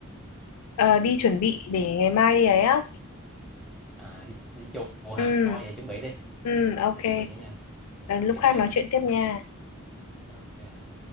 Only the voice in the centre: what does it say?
à đi đi chùa hả
thôi vậy chuẩn bị đi
Thế chuẩn bị đi nha
tạm
biệt
nha
ok